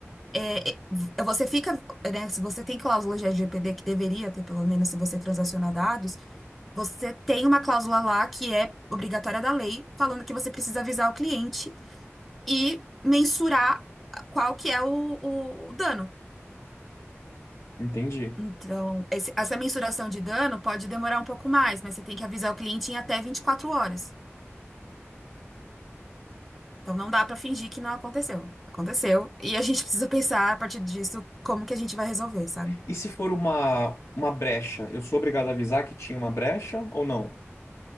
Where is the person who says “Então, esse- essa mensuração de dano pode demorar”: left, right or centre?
Centre